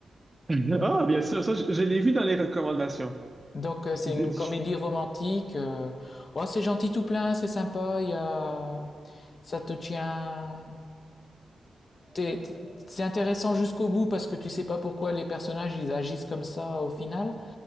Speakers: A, on the right; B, on the left.
A: <laughs> Ah, bien sûr, ça, je, je l'ai vu dans les recommandations.
B: Donc euh, c'est
A: D-
B: une
A: je-
B: comédie romantique. euh, ouais, c'est gentil tout plein, c'est sympa. Il y a ça te tient t'es- c'est intéressant jusqu'au bout parce que tu sais pas pourquoi les personnages ils agissent comme ça au final.